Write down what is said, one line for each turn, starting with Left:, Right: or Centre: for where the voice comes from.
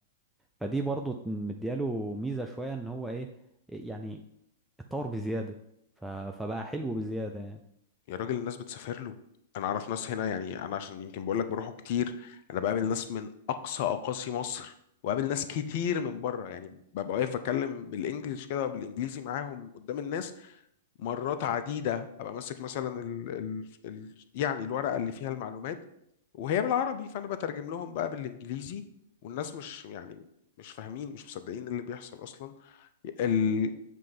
Centre: فدي برضو مدياله ميزة شوية ان هو ايه يعني اتطور بزيادة ف... فبقى حلو بزيادة يعني
Left: يا راجل الناس بتسافر له انا اعرف ناس هنا يعني انا عشان يمكن بقول لك بروحه كتير انا بقابل ناس من اقصى اقاصي مصر وقابل ناس كتير من بره يعني ببقى واقف بتكلم بالانجلش كده بالانجليزي معاهم قدام الناس مرات عديدة أبقى ماسك مثلا ال ال ال يعني الورقة اللي فيها المعلومات وهي بالعربي فأنا بترجم لهم بقى بالإنجليزي والناس مش يعني مش فاهمين مش مصدقين اللي بيحصل أصلا ال-